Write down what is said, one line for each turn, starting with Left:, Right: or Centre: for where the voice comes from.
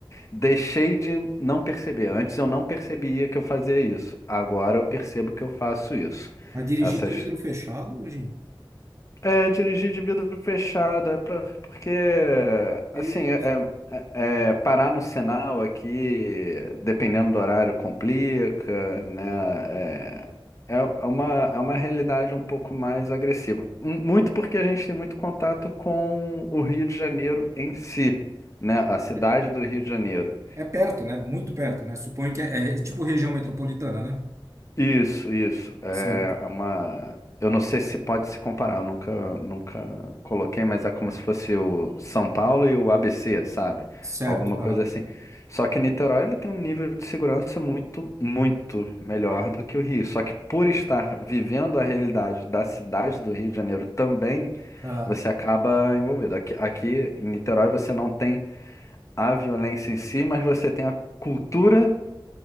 Left: deixei de não perceber. Antes eu não percebia que eu fazia isso. Agora eu percebo que eu faço isso.
Right: Mas dirigindo
Left: Essas
Right: de vidro fechado, hoje,
Left: é, dirigir de vidro fechado, é pra- porque,
Right: Deus.
Left: assim, é, é- é- é parar no sinal aqui, dependendo do horário, complica, né? É, é é uma, é uma realidade um pouco mais agressiva. M- Muito porque a gente tem muito contato com o Rio de Janeiro em si, né? A cidade
Right: é
Left: do Rio de Janeiro.
Right: é perto, né? Muito perto, né? Suponho que é, é tipo região metropolitana, né?
Left: Isso, isso. É
Right: Certo.
Left: é uma. Eu não sei se pode se comparar, eu nunca, nunca coloquei, mas é como se fosse o São Paulo e o ABC, sabe?
Right: Certo.
Left: Alguma coisa
Right: Aham.
Left: assim. Só que Niterói ele tem um nível de segurança muito, muito melhor do que o Rio. Só que por estar vivendo a realidade da cidade do Rio de Janeiro também,
Right: Aham.
Left: você acaba envolvido. Aqui, aqui em Niterói você não tem a violência em si, mas você tem a cultura